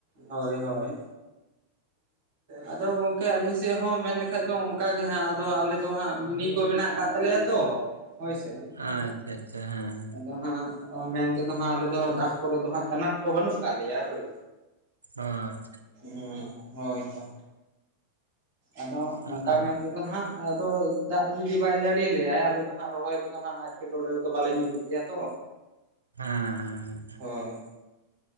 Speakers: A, on the right; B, on the right.
A: ᱦᱳᱭ ᱦᱳᱭ᱾ ᱟᱫᱚ ᱜᱚᱝᱠᱮ ᱟᱞᱤᱧ ᱥᱮᱫ ᱦᱚᱸ ᱢᱮᱱ ᱞᱮᱠᱷᱟᱡ ᱫᱚ ᱚᱱᱠ ᱜᱮ ᱦᱟᱸ ᱟᱫᱚ ᱟᱞᱮ ᱫᱚ ᱦᱟᱸᱜ ᱢᱤᱱᱤ ᱠᱚ ᱢᱮᱱᱟᱜ ᱟᱠᱟᱫ ᱛᱟᱞᱮᱭᱟ ᱛᱚ, ᱦᱚᱭ ᱥᱮ᱾
B: ᱟᱪ-ᱪᱷᱟ ᱟᱪᱪᱷᱟ ᱦᱮᱸ᱾
A: ᱟᱫᱚ ᱦᱟᱸᱜ ᱢᱮᱱᱛᱮᱫᱚ ᱦᱟᱸᱜ ᱟᱞᱮ ᱫᱚ ᱫᱟᱜ ᱠᱚᱨᱮ ᱫᱚ ᱦᱟᱸᱜ ᱟᱱᱟᱴ ᱠᱚ ᱵᱟᱹᱱᱩᱜ ᱠᱟᱜ ᱞᱮᱭᱟ ᱦᱳᱭ᱾
B: ᱦᱚᱭ᱾
A: ᱦᱮᱸ ᱦᱳᱭ ᱛᱚ᱾ ᱟᱫᱚ
B: ᱦᱮᱸ
A: ᱚᱱᱠᱟ ᱢᱮᱱ ᱛᱮᱫᱚ ᱦᱟᱸᱜ ᱟᱫᱚ ᱫᱟᱜ ᱡᱩᱫᱤ ᱵᱟᱭ ᱡᱟᱹᱲᱤᱭᱟᱞᱮᱭᱟ ᱟᱞᱮ ᱫᱚ ᱦᱟᱸᱜ ᱨᱚᱦᱚᱭ ᱠᱚᱫᱚ ᱦᱟᱸᱜ ᱮᱴᱠᱮᱴᱚᱬᱮ ᱨᱮᱫᱚ ᱵᱟᱞᱮ ᱧᱩᱨᱩᱜ ᱜᱮᱭᱟ ᱛᱚ
B: ᱦᱮᱸ ᱦᱮᱸ᱾
A: ᱦᱳᱭ